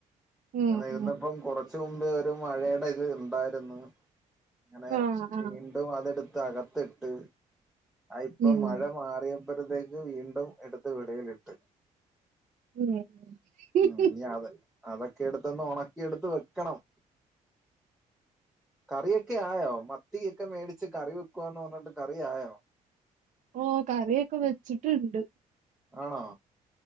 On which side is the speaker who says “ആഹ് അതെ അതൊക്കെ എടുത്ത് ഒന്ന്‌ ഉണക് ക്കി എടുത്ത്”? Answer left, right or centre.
Centre